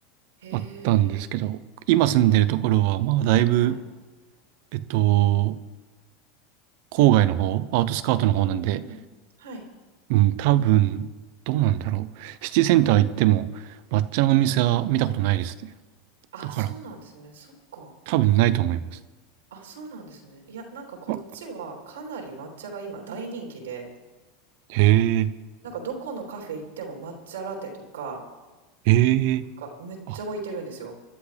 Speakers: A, on the right; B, on the right.
A: へえ。
B: あったんですけど、今住んでるところは、
A: はい。
B: まあ、だいぶ、
A: はい。
B: えっと、郊外の方、アウトスカートの方なんで、
A: うんうんうん。はい。
B: うん、多分、どうなんだろう。シティセンター行っても、抹茶のお店は見たことないですね。
A: あ、
B: だから、
A: そうなんですね。そっか。
B: 多分ないと思います。
A: あ、そうなんですね。いや、なんかこっちはかなり抹茶が今大人気で、
B: あへえ、
A: なんかどこのカフェ行っても抹茶ラテとか、
B: へえ、
A: なんかめっちゃ置いてるんですよ。
B: あ、